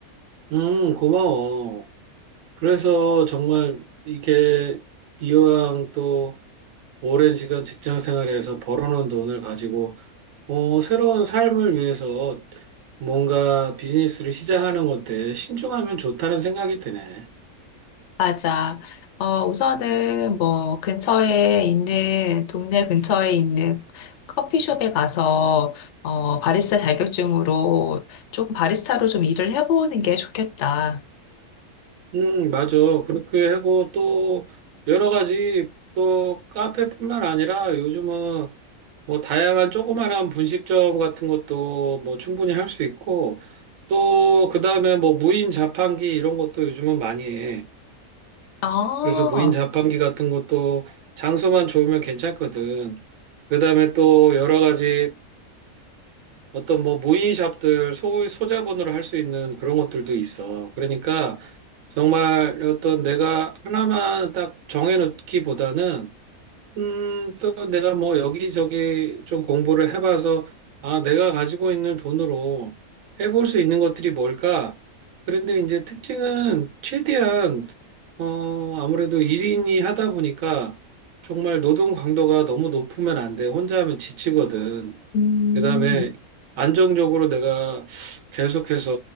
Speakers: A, on the right; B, on the left.
A: 응, 고마워. 그래서 정말 이게 이왕 또 오랜 시간 직장 생활에서 벌어놓은 돈을 가지고 어, 새로운 삶을 위해서 뭔가 비즈니스를 시작하는 건데 신중하면 좋다는 생각이 드네.
B: <laughs> 맞아. 어, 우선은 뭐 근처에 있는, 동네 근처에 있는 커피숍에 가서 어, 바리스타 자격증으로 조금 바리스타로 좀 일을 해보는 게 좋겠다.
A: 음, 맞아. 그렇게 하고 또 여러 가지 또 카페뿐만 아니라 요즘은 뭐 다양한 조그마한 분식점 같은 것도 뭐 충분히 할 수 있고 또 그다음에 뭐 무인 자판기 이런 것도 요즘은 많이 해.
B: 아,
A: 그래서 무인 자판기 같은 것도 장소만 좋으면 괜찮거든. 그다음에 또 여러 가지 어떤 뭐 무인샵들 소, 소자본으로 할 수 있는 그런 것들도 있어. 그러니까 정말 어떤 내가 하나만 딱 정해놓기보다는 음, 또 내가 뭐 여기저기 좀 공부를 해봐서 아, 내가 가지고 있는 돈으로 해볼 수 있는 것들이 뭘까? 그런데 이제 특징은 최대한 어, 아무래도 1인이 하다 보니까 정말 노동 강도가 너무 높으면 안 돼. 혼자 하면 지치거든.
B: 음,
A: 그다음에 안정적으로 내가 계속해서